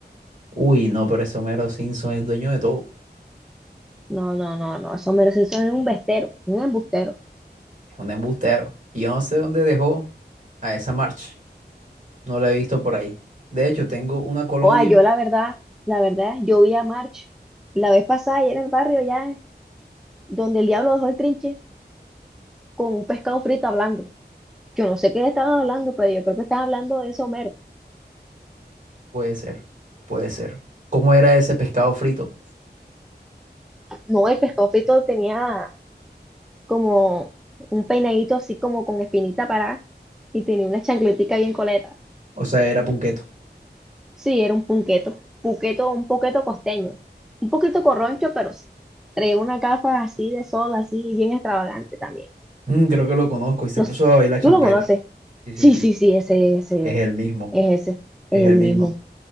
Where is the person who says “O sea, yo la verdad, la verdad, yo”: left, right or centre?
Centre